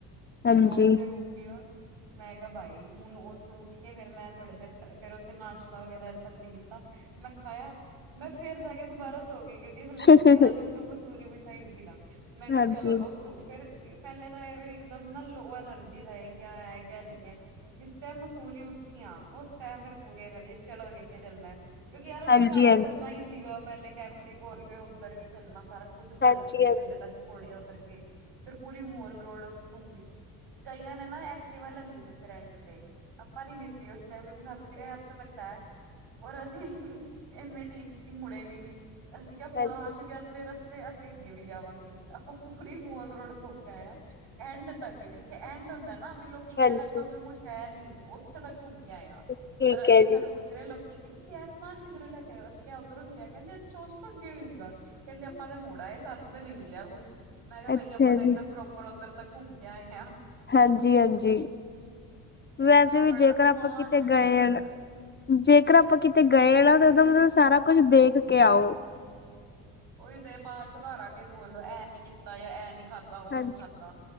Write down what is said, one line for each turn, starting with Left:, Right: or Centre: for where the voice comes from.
Right: ਫਿਰ
Left: ਹਾਂਜੀ
Right: ਮੈਂ ਉੱਥੇ ਰੁਕੀ ਆਂ ਮੈਂ ਕਿਹਾ ਬਾਈ ਹੁਣ ਉੱਥੇ ਉੱਠ ਕੇ ਫਿਰ ਮੈਂ ਥੋੜੀ ਦੇਰ ਫਿਰ ਉੱਥੇ ਨਾਸ਼ਤਾ ਵਗੈਰਾ ਸਭ ਨੇ ਕੀਤਾ ਮੈਂ ਖਾਇਆ, ਮੈਂ ਫੇਰ ਜਾ ਕੇ ਦੁਬਾਰਾ ਸੌ ਗੀ ਕਿਉਂਕਿ ਹਲੇੇ
Left: ਹਾਂਜੀ
Right: ਉਧਮ ਮਸੂਰੀ ਵੀ ਟਾਈਮ ਸੀਗਾ, ਮੈਂ ਕਿਹਾ
Left: ਹਾਂਜੀ
Right: ਚਲੋ ਫਿਰ ਪਹਿਲੇ ਤਾਂ ਇਹ ਵੀ ਇਕਦਮ ਨਾ ਲੋਅ ਐਨਰਜੀ ਹੈ, ਕਿਆ ਹੈ ਕਿਆ ਨਹੀਂ ਹੈ ਜਿਸ ਟਾਈਮ ਮਸੂਰੀ ਉੱਠੀਆਂ ਉਸ ਟਾਈਮ ਫਿਰ ਐਨਰਜੀ ਚਲੋ ਕਿੱਥੇ ਚੱਲਣਾ ਕਿਉਂਕਿ ਯਾਰ ਉਥੇ
Left: ਹਾਂਜੀ
Right: ਸਾਰਾ ਚੱਲਣਾ ਹੀ ਸੀਗਾ ਪਹਿਲੇ ਕੈਂਪਟੀ ਬੋਲ ਗਏ ਉੱਧਰ ਵੀ ਚੱਲਣਾ ਸਾਰਾ ਖੁੱਦ ਚੱਲ
Left: ਹਾਂਜੀ
Right: ਕੇ ਗਏ,
Left: ਹਾਂਜੀ
Right: ਥੱਲੇ ਤੱਕ ਥੋੜੀਆਂ ਉੱਤਰ ਗਏ ਫਿਰ ਪੂਰੀ ਮੋਲ ਰੋਡ ਅਸੀਂ ਘੁੰਮੀ ਕਈਆਂ ਨੇ ਨਾ ਐਕਟਿਵਾ ਲੈ ਲੀ ਸੀ ਉੱਥੇ ਰੈਂਟ ਤੇ, ਆਪਾਂ ਨੀ ਲਿੱਤੀ ਉਸ ਟਾਈਮ ਕਿਉਂਕਿ ਸਾਨੂੰ ਸੀਗਾ ਹਫ਼ਤਾ ਤੱਕ ਤਾਂ ਐ ' <inaudible> ' ਔਰ ਅਸੀਂ ਇੰਨੇ ਢੀਠ ਅਸੀਂ ਮੁੜੇ ਵੀ ਨੀ ਅਸੀਂ ਕਿਹਾ
Left: ਹਾਂਜੀ
Right: ਹੁਣ
Left: ਹਾਂਜੀ
Right: ਆ ਚੁੱਕਿਆ ਅੱਧੇ ਰਸਤੇ ਅਸੀਂ ਅੱਗੇ ਵੀ ਜਾਵਾਂਗੇ ਆਪਾਂ ਪੂਰੀ ਮੂਲ ਰੋਡ ਘੁੰਮ ਕੇ ਆ ਐਂਡ ਤੱਕ ਜਿੱਥੇ ਐਂਡ ਹੁੰਦਾ ਨਾ ਵੀ ਲੋਕ ਕੀ ਕਹਿਣ
Left: ਹਾਂਜੀ
Right: ਤੋਂ ਅੱਗੇ ਕੁਛ ਹੈ ਨੀ, ਉੱਥੇ ਤੱਕ ਘੁੰਮ ਕੇ ਆਇਆ
Left: ਹਾਂਜੀ ਠੀਕ
Right: ਪਰ ਅੱਗੇ
Left: ਹੈ
Right: ਸਾਨੂੰ
Left: ਜੀ
Right: ਪੁੱ ਰਹੇ ਲੋਕੀ ਕਿ ਤੁਸੀਂ ਐ ਸਮਾਨ ਕਿੱਧਰ ਲੈ ਕੇ ਅਸੀਂ ਕਿਹਾ ਉੱਧਰੋਂ ਲੈ ਕਹਿੰਦੇ ਚੋਸ ਤੋਂ ਅੱਗੇ ਸੀਗਾ ਕਹਿੰਦੇ ਆਪਾਂ ਤਾਂ ਮੁੜ ਆਏ ਸਾਨੂੰ ਤਾਂ ਨਹੀਂ ਮਿਲਿਆ ਕੁਛ, ਮੈਂ ਕਿਹਾ ਬਾਈ
Left: ਅੱਛਾ
Right: ਆਪਾਂ ਤਾਂ
Left: ਜੀ
Right: ਇੱਕਦਮ ਪ੍ਰੋਪਰ ਉੱਧਰ ਤੱਕ ਘੁੰਮ ਕੇ ਆਏ ਆ।
Left: ਹਾਂਜੀ-ਹਾਂਜੀ ' <inaudible> ' ਵੈਸੇ ਵੀ
Right: ਬੜਾ
Left: ਜੇਕਰ
Right: ਸਮਾਨ
Left: ਆਪਾਂ ਕਿਤੇ
Right: ਵੇਦਿਆ
Left: ਗਏ
Right: ਸੀ ਉੱਧਰ
Left: ਹ ਜੇਕਰ ਆਪਾਂ ਕਿਤੇ ਗਏ ਨਾ ਤਾਂ ਉਹਦਾ ਮਤਲਬ ਸਾਰਾ ਕੁਛ ਦੇਖ ਕੇ ਆਓ।
Right: ਉਹੀ 'ਤੇ ਬਾਅਦ ਚੋਂ ਘਰ ਆ ਕੇ ਬੋਲੋ ਇਹ ਨੀ ਕੀਤਾ ਜਾਂ ਇਹ ਨੀ ਖਾਧਾ ਉਹ
Left: ਹਾਂਜੀ
Right: ਨੀ ਖਾਧਾ